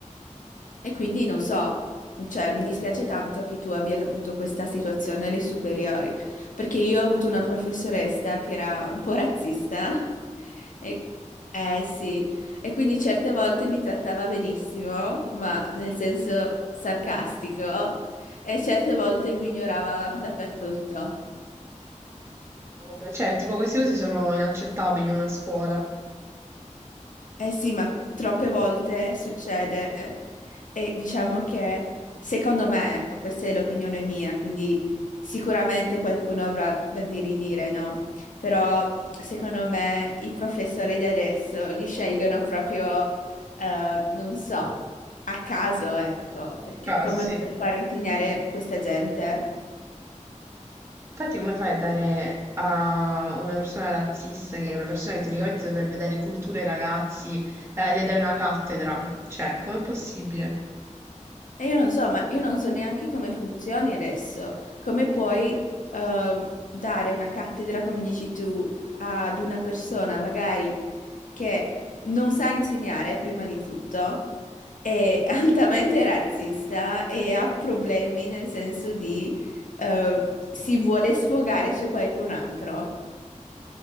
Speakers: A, on the left; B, on the right.
A: E quindi non so, cioè mi dispiace tanto che tu abbia avuto questa situazione alle superiori, perché io ho avuto una professoressa che era un po' razzista. <laughs> E, eh sì, e quindi certe volte mi trattava benissimo, ma nel senso sarcastico, e certe volte mi ignorava dappertutto.
B: Vabbè, cioè, tipo queste cose sono inaccettabili in una scuola.
A: Eh sì, ma troppe volte succede e diciamo che secondo me, ecco, questa è l'opinione mia, quindi sicuramente qualcuno avrà da di ridire, no? Però secondo me i professori di adesso li scelgono proprio, eh, non so, a caso, ecco, perché
B: Caso,
A: come
B: sì.
A: puoi fare a insegnare questa gente?
B: Infatti, come fai a dare a una persona razzista, che è una persona che teoricamente dovrebbe dare cultura ai ragazzi, la- le dai una cattedra? Cioè, com'è possibile?
A: E io non so, ma io non so neanche come funzioni adesso, come puoi ehm, dare una cattedra, come dici tu, ad una persona magari che non sa insegnare, prima di tutto, è <laughs> altamente razzista e ha problemi nel senso di eh, si vuole sfogare su qualcun altro.